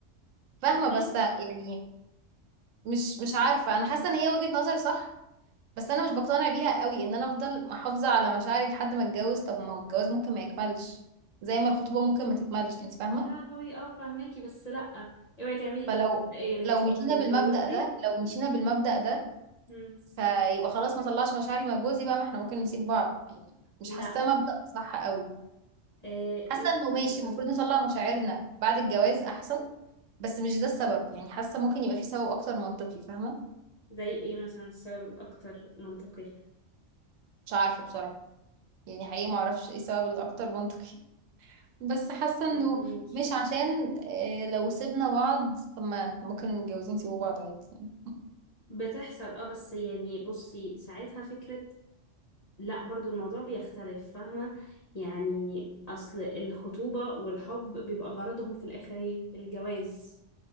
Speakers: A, on the right (about 85°); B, on the left (about 50°).
A: فاهمه
B: فاهماكي
A: بس يعني مش مش عارفه انا حاسه ان هي وجهه نظر صح بس انا مش بقتنع بيها قوي ان انا افضل محافظه على مشاعري لحد ما اتجوز طب ما هو الجواز ممكن ما يكملش زي ما الخطوبه ممكن ما تكملش انت فاهمه
B: يا لهوي اه فاهماكي بس لا اوعي تعملي
A: فلو
B: كده مبدئيا
A: لو
B: انتي
A: مشينا
B: لما تتجوزي
A: بالمبدأ ده لو مشينا بالمبدأ ده
B: مم.
A: فيبقى خلاص ما طلعش مشاعري مع جوزي بقى ما احنا ممكن نسيب بعض يعني مش
B: لا
A: حاساه مبدأ صح قوي
B: آه
A: حاسه
B: لا
A: انه ماشي
B: هقولك
A: المفروض نطلع مشاعرنا بعد الجواز احسن بس مش ده السبب يعني حاسه ممكن يبقى في سبب اكتر منطقي فاهمه
B: زي ايه مثلا السبب الاكتر منطقي
A: مش عارفه بصراحه يعني حقيقي ما اعرفش ايه السبب الاكتر منطقي <laughs> بس حاسه انه
B: فهميكي
A: مش عشان اه لو سيبنا بعض طب ما ممكن المتجوزين يسيبوا بعض عادي يعني
B: بتحصل اه بس يعني بصي ساعتها فكرة لا برضو الموضوع بيختلف فاهمة يعني اصل الخطوبة والحب بيبقى غرضهم في الاخر ايه الجواز